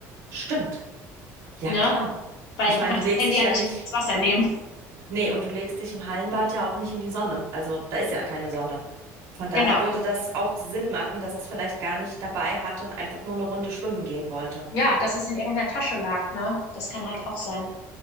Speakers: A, on the right; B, on the left.
A: stimmt. Ja,
B: Ne?
A: klar.
B: Weil
A: Ich
B: du
A: meine,
B: kannst
A: du legst
B: das Handy
A: dich
B: ja
A: ja
B: nicht
A: nicht,
B: mit ins Wasser nehmen.
A: nee, und du legst dich im Hallenbad ja auch nicht in die Sonne. Also da ist ja keine Sonne.
B: <laughs>
A: Von daher
B: Genau.
A: würde das auch Sinn machen, dass er es vielleicht gar nicht dabei hatte und einfach nur eine Runde schwimmen gehen wollte.
B: Ja, dass es in irgendeiner Tasche lag, ne? Das kann halt auch sein.